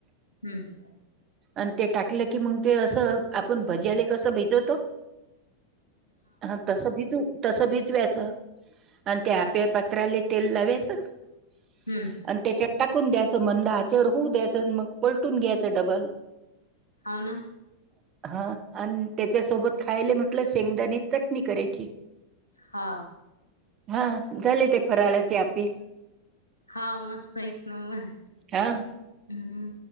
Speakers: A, on the left (about 80°); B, on the right (about 30°).
A: हम्म
B: आणि ते टाकलं की मग ते असं आपण भज्याले कसं भिजवतो हा तस भिजू तसं भिजवायचं आणि ते आप्या पात्राले तेल लावायचं
A: हम्म
B: आणि त्याच्या टाकुन द्यायचं मंद आचेवर होऊ द्यायचं मग पलटून घ्यायचं डबल
A: होव ना
B: हा आणि त्याच्यासोबत खायला म्हटलं शेंगदाणे चटणी करायची
A: हा
B: हा झाले ते फराळाची आप्पे
A: हा मस्त एक नंबर
B: हा
A: हम्